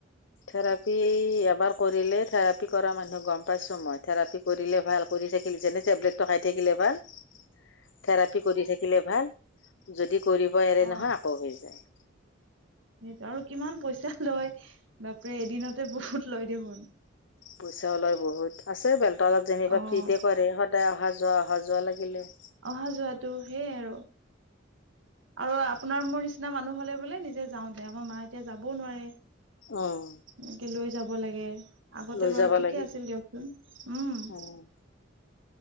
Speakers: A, on the left (about 70°); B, on the right (about 75°).
A: থেৰাপি এবাৰ কৰিলে থেৰাপি কৰা মানুহে গম পাইছো মই থেৰাপি কৰিলে ভাল কৰি থ যেনে টেবলেট খাই থাকিলে ভাল থেৰাপি কৰি থাকিলে ভাল। যদি কৰিব এৰে
B: অ',
A: নহয় আকৌ হৈ যায়।
B: সেইটো আৰু কিমান পইচা লয় বাপৰে এদিনতে বহুত লয় দেখোন।
A: পইচা ওলয় বহুত আছে বেলতলাত যেনিবা
B: অ',
A: ফ্ৰীতে কৰে সদায় অহা যোৱা অহা যোৱা লাগিলে।
B: অহা যোৱাটো সেইয় আৰু আৰু আপ আপোনাৰ মোৰ নিচিনা মানুহ হলে বোলে নিজে যাওঁ দে আমাৰ মা এতিয়া যাবও নোৱাৰে।
A: অঁ
B: এনেকে লৈ যাব লাগে। আগতে
A: লৈ
B: বাৰু
A: যাব
B: ঠিকে
A: লাগিব
B: আছিল দিয়কচোন উম।
A: অঁ